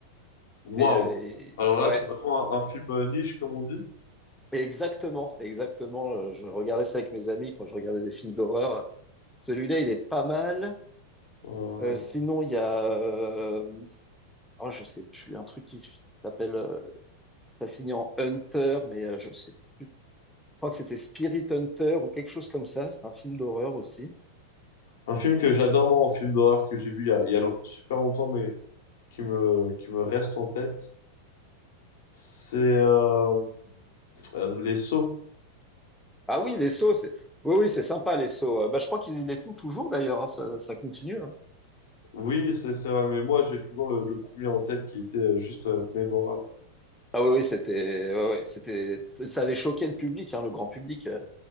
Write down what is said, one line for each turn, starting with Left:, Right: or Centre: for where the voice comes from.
Left: Waouh!
Centre: C'est, euh, et-
Left: Alors
Centre: ouais,
Left: là, c'est vraiment un, un film euh, niche, comme on dit.
Centre: exactement, exactement. euh, Je regardais ça avec mes amis quand je regardais des films d'horreur. Celui-là, il est pas mal.
Left: Euh,
Centre: Euh, sinon, il y a, euh, oh, je sais plus, un truc qui s'appelle, euh, ça finit en Hunter, mais euh, je sais plus. Je crois que c'était Spirit Hunter ou quelque chose comme ça. C'est un film d'horreur aussi.
Left: un film que j'adore, moi, un film d'horreur que j'ai vu il y a, il y a long- super longtemps, mais qui me, qui me reste en tête, c'est euh, euh, Les Sceaux.
Centre: Ah oui, les sauts, c'est, oui, oui, c'est sympa les sauts. Euh, Bah, je crois qu'ils les font toujours d'ailleurs. hein, ça, ça continue. hein.
Left: Oui, c'est c'est vrai, mais moi, j'ai toujours le, le premier en tête qui était euh, juste euh, mémorable.
Centre: Ah oui, oui, c'était, ouais, ouais, c'était, ça avait choqué le public, hein, le grand public. euh,